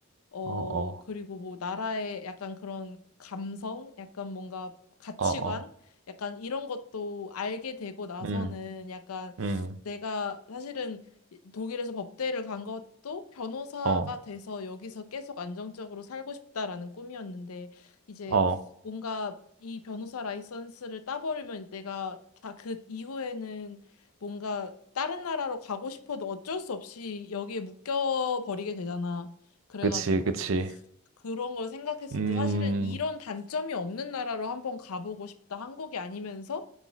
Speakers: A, on the left; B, on the right.
A: 어,
B: 어, 어,
A: 그리고 뭐 나라의 약간 그런 감성, 약간 뭔가 가치관,
B: 어, 어,
A: 약간 이런 것도 알게 되고 나서는
B: 음,
A: 약간
B: 음,
A: 내가 사실은 이- 독일에서 법대를 간 것도 변호사가
B: 어,
A: 돼서 여기서 계속 안정적으로 살고 싶다라는 꿈이었는데 이제
B: 어,
A: 뭔가 이 변호사 라이선스를 따버리면 내가 다 그 이후에는 뭔가 다른 나라로 가고 싶어도 어쩔 수 없이 여기에 묶여 버리게 되잖아. 그래가지고
B: 그치, 그치.
A: 그런 걸 생각했을
B: 음,
A: 때 사실은 이런 단점이 없는 나라로 한번 가보고 싶다. 한국이 아니면서